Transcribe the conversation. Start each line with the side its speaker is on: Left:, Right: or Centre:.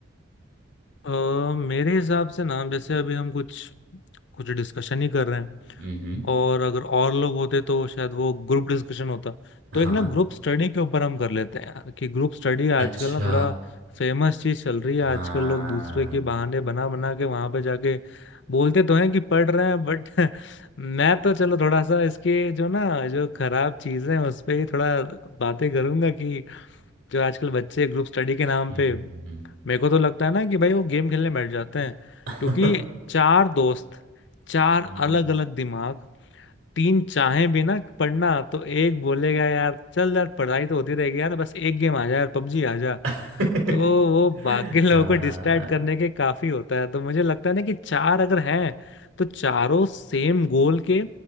Left: अ, मेरे हिसाब से ना जैसे अभी हम कुछ कुछ डिस्कशन ही कर रहे हैं
Right: है हम्म
Left: और अगर और लोग होते तो शायद वो ग्रुप डिस्कशन होता
Right: हाँ
Left: तो एक ना ग्रुप स्टडी के ऊपर हम कर लेते हैं यार कि ग्रुप स्टडी
Right: अच्छा
Left: आजकल ना थोड़ा फेमस चीज चल रही है
Right: हाँ
Left: आजकल लोग दूसरे के बहाने बना बना के वहां पे जाके बोलते तो हैं कि पढ़ रहे हैं बट <laughs> मैं तो चलो थोड़ा सा इसके जो ना जो खराब चीजें हैं उस पे ही थोड़ा बातें करूंगा कि जो आजकल बच्चे ग्रुप स्टडी के नाम
Right: हम्म
Left: पे मेरे को तो लगता है ना कि भाई वो गेम खेलने बैठ जाते हैं
Right: <laughs>
Left: क्योंकि चार दोस्त चार
Right: हम्म
Left: अलग अलग दिमाग तीन चाहें भी ना पढ़ना तो एक बोलेगा यार चल यार पढ़ाई तो होती रहेगी यार बस एक गेम आ जा यार पबजी आ जा
Right: <laughs>
Left: तो वो बाकी <laughs> लोगों
Right: हाँ
Left: को डिस्ट्रैक्ट करने के काफी होता है तो मुझे लगता है ना कि चार अगर हैं तो चारों सेम गोल के